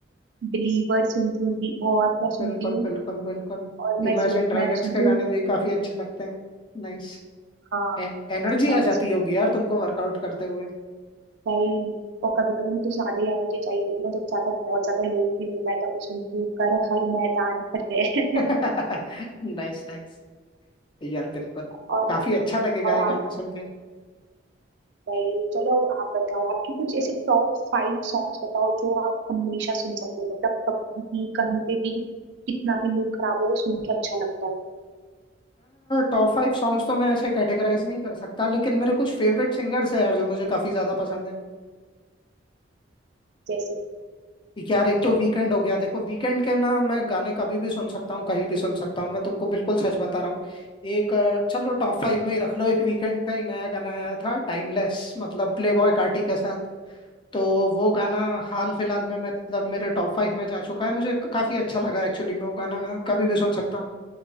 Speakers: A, on the right; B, on the left.
A: बिलीवर सुनती हूँ और क्या सुनती
B: बिल्कुल
A: हूँ
B: बिल्कुल बिल्कुल
A: और मैं
B: इमेजिन
A: सो,
B: ड्रैगन्स
A: मैं सुनती
B: के गाने
A: हूँ
B: भी काफी अच्छे लगते हैं नाइस
A: हाँ
B: एन, एनर्जी
A: और
B: आ
A: मैं
B: जाती होगी यार तुमको वर्कआउट करते हुए
A: भाई और कभी कभी मुझे ज्यादा ही एनर्जी चाहिए होती है ना जब ज्यादा बहुत ज्यादा लो फील होता है तब मैं सुनती हूँ कर हर मैदान फतेह
B: <laughs>
A: <laughs>
B: Nice nice यार बिल्कुल
A: और
B: काफी अच्छा लगेगा
A: और
B: ये गाना
A: आप
B: सुन के
A: भाई चलो अब आप बताओ आपकी कुछ ऐसे टॉप फाइव सॉन्ग्स बताओ जो आप हमेशा सुन सकते हो मतलब कभी भी कहीं पे भी कितना भी मूड खराब हो सुन के अच्छा लगता है
B: टॉप फाइव सॉन्ग्स तो मैं ऐसे कैटेगराइज नहीं कर सकता लेकिन मेरे कुछ फेवरेट सिंगर्स हैं यार जो मुझे काफी ज्यादा पसंद है
A: जैसे
B: यार एक तो वीकेंड हो गया देखो वीकेंड के ना मैं गाने कभी भी सुन सकता हूँ कहीं भी सुन सकता हूँ मैं तुमको बिल्कुल सच बता रहा हूँ एक अ, चलो टॉप फाइव में ही रख लो एक वीकेंड का ही नया गाना आया था टाइमलेस मतलब प्ले बॉय कार्टी के साथ। तो वो गाना हाल फिलहाल में मतलब मेरे टॉप फाइव में जा चुका है मुझे काफी अच्छा लगा एक्चुअली में वो गाना मैं कभी भी सुन सकता हूँ